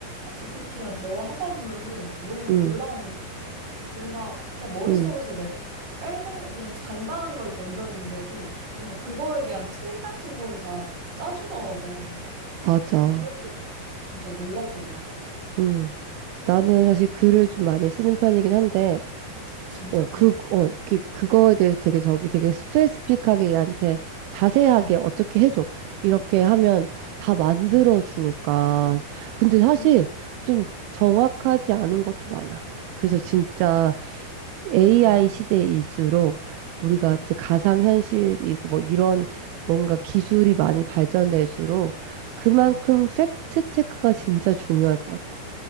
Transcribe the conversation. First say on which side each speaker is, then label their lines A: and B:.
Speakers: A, on the right (about 50°); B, on the right (about 80°).
A: GPT랑 대화하다 보면은 너무
B: 음,
A: 놀라운 게 뭔가 그냥 머릿속에서
B: 음,
A: 내가 짧은 그냥 간단한 걸 던졌는데도 뭔가 그거에 대한 틀 같은 거를 다 짜주더라고.
B: 맞아.
A: 그런 게 진짜 놀랍더라.
B: 음. 나는 사실 글을 좀 많이 쓰는 편이긴 한데,
A: 진짜?
B: 어, 그,
A: 어.
B: 어, 그, 그거에 대해서 되게 저기 되게 스페시픽하게 얘한테 자세하게
A: 응,
B: 어떻게 해줘. 이렇게 하면 다 만들어주니까.
A: 응.
B: 근데 사실
A: 음,
B: 좀 정확하지 않은 것도 많아. 그래서 진짜 AI
A: 어.
B: 시대일수록 우리가
A: 응,
B: 이제 가상현실이고 뭐 이런 뭔가 기술이 많이 발전될수록 그만큼
A: 응.
B: 팩트 체크가 진짜 중요할 것 같아.